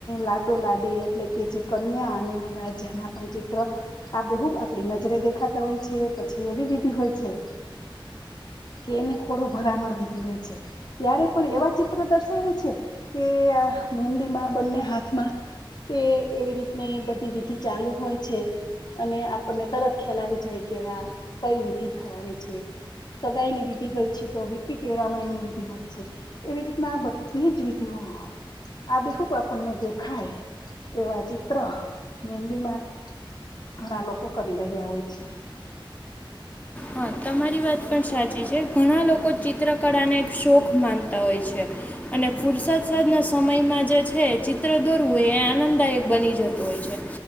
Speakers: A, on the left; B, on the left.
A: લાડો લાડી એટલે કે જે કન્યા અને વરાજા ના પણ ચિત્ર આ બે બ આપડી નજરે દેખાતા હોય છે, પછી એવી વિધિ હોય છે કે એને ખોડો ભરામણ વિધી હોય છે. ત્યારે પણ એવા ચિત્ર દર્શાવે છે કે મહેંદીમાં બંને હાથમાં કે એવી રીતની બધી વિધિ ચાલુ હોય છે અને આપણને તરત ખ્યાલ આવી જાય કે આ કઈ વિધિ થવાની છે. સગાઈ ની વિધિ હોય છે તો વીટી પેરામણી ની વિધિ હોય છે. એવી રીતના બધી જ વિધિ હોય <unintelligible> આ બહુ આપણને દેખાય એવા ચિત્ર મેંદીમાં ઘણા લોકો કરી રહ્યા હોય છે.
B: હા તમારી વાત પણ સાચી છે. ઘણા લોકો ચિત્રકળાને એક શોખ માનતા હોય છે અને ફુરસાદ સાદ ના સમયમાં જે છે ચિત્ર દોરવું હોય એ આનંદદાયક બની જતું હોય